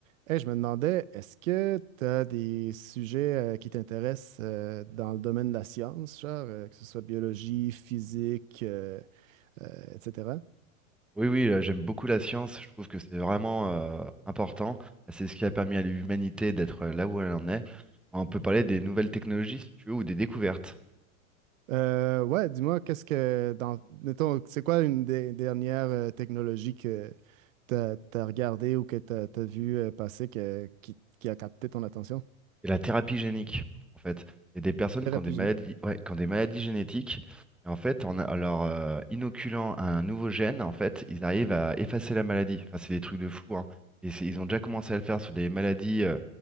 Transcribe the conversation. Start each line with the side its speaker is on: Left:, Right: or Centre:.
Right: Hey, je me demandais, est-ce que tu as des sujets euh, qui t'intéressent euh, dans le domaine de la science, genre, euh, que ce soit biologie, physique, euh, euh, etc.
Centre: Oui, oui, euh, j'aime beaucoup la science. Je trouve que c'est vraiment euh, important. C'est ce qui a permis à l'humanité d'être là où elle en est. On peut parler des nouvelles technologies, si tu veux, ou des découvertes.
Right: Euh, ouais, dis-moi, qu'est-ce que, dans, mettons, c'est quoi une des dernières euh, technologies que tu as, regardée ou que tu as, vu euh, passer que- qui, qui a capté ton attention?
Centre: Et la thérapie génique, en fait. Il y a des personnes
Right: Thérapie
Centre: qui ont des maladies,
Right: génique.
Centre: ouais, qui ont des maladies génétiques. Et en fait, en, en leur euh, inoculant un nouveau gène, en fait, ils arrivent à effacer la maladie. Enfin, c'est des trucs de fou, hein. Et c'est- ils ont déjà commencé à le faire sur des maladies euh,